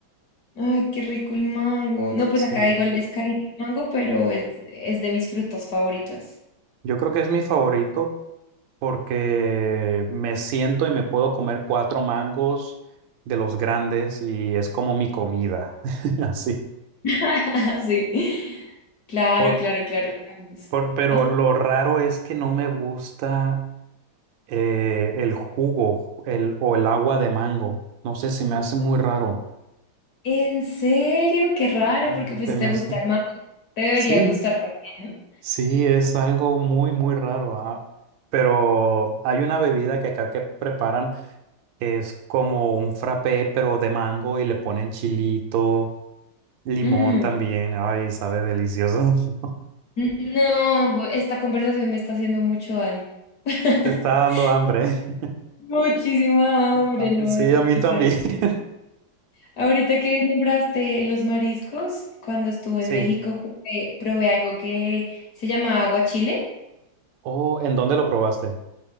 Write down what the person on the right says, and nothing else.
Sí,
yo creo que es mi favorito porque me siento y me puedo comer cuatro mangos de los grandes y es como mi comida, <laughs> así.
Por-
por- pero
lo raro es que no me gusta eh, el jugo el, o el agua de mango. No sé, se me hace muy raro.
Mm.
Se
me
hace...
Sí,
sí, es algo muy, muy raro. ah. Pero hay una bebida que acá que preparan que es como un frappé, pero de mango y le ponen chilito. Limón
también, ay, sabe delicioso. <laughs>
Te está dando hambre. <laughs>
Ah,
Sí,
a mí
también.
<laughs>
Sí.
Oh, ¿en dónde lo probaste?